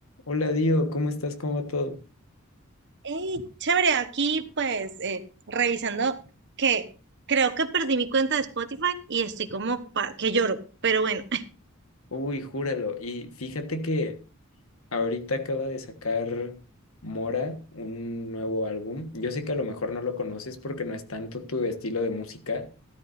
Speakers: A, on the left (about 80°); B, on the right (about 55°).
A: Hola Dio, ¿cómo estás? ¿Cómo va todo?
B: Hey, chévere, aquí pues eh, revisando que creo que perdí mi cuenta de Spotify y estoy como pa- que lloro, pero bueno,
A: Uy, júralo. Y fíjate que ahorita acaba de sacar Mora un nuevo álbum. Yo sé que a lo mejor no lo conoces porque no es tanto tu estilo de música,